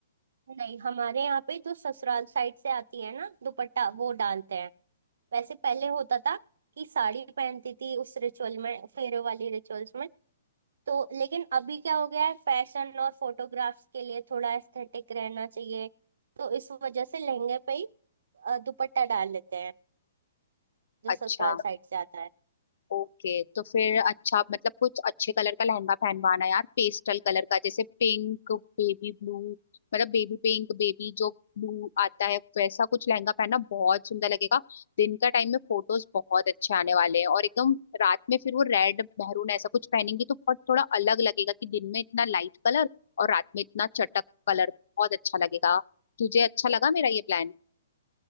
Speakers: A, on the right; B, on the left.
A: नहीं हमारे यहाँ पे जो ससुराल साइड से आती है ना दुपट्टा वो डालते हैं वैसे पहले होता था कि साड़ी पहनती थी उस रिचुअल में फेरे वाली रिचुअल्स में तो लेकिन अभी क्या हो गया है फैशन और फोटोग्राफ्स के लिए थोड़ा एस्थेटिक रहना चाहिए तो इस वजह से लहंगे पे ही अ, दुपट्टा डाल लेते हैं जो
B: अच्छा
A: ससुराल साइड से आता है
B: ओके तो फिर अच्छा मतलब कुछ अच्छे कलर का लहंगा पहनवाना यार पेस्टल कलर का जैसे पिंक बेबी ब्लू मतलब बेबी पिंक बेबी जो ब्लू आता है वैसा कुछ लहंगा पहनना बहुत सुंदर लगेगा दिन का टाइम में फोटोज बहुत अच्छे आने वाले हैं और एकदम रात में फिर वो रेड मेहरून ऐसा कुछ पहनेंगी तो बहुत थोड़ा अलग लगेगा कि दिन में इतना लाइट कलर और रात में इतना चटक कलर बहुत अच्छा लगेगा तुझे अच्छा लगा मेरा ये प्लान